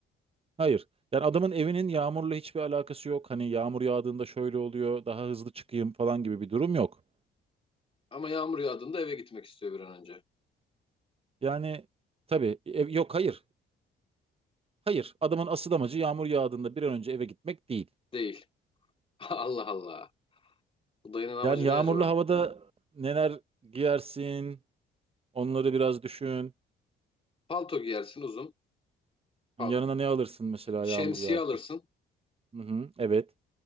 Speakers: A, on the right (about 30°); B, on the left (about 25°).
A: Hayır. Yani adamın evinin yağmurla hiçbir alakası yok. Hani yağmur yağdığında şöyle oluyor, daha hızlı çıkayım falan gibi bir durum yok.
B: ama yağmur yağdığında eve gitmek istiyor bir an önce.
A: Yani tabii ev, yok hayır. Hayır. Adamın asıl amacı yağmur yağdığında bir an önce eve gitmek değil.
B: Değil. <laughs> Allah Allah. Bu dayının amacı
A: Yani yağmurlu
B: ne acaba?
A: havada neler giyersin? Onları biraz düşün.
B: Palto giyersin uzun. Pal-
A: Yani yanına ne alırsın mesela
B: Şemsiye
A: yağmur yağarken?
B: alırsın.
A: Hı hı, evet.